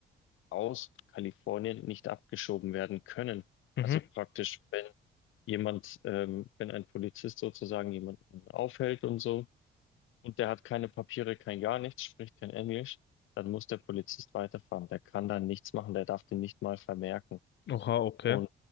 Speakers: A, on the left; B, on the left.
A: aus Kalifornien nicht abgeschoben werden können.
B: Mhm.
A: Also praktisch, wenn jemand, ähm, wenn ein Polizist sozusagen jemanden aufhält und so und der hat keine Papiere, kein gar nichts, spricht kein Englisch, dann muss der Polizist weiterfahren. Der kann da nichts machen, der darf den nicht mal vermerken.
B: Oha, okay.
A: Und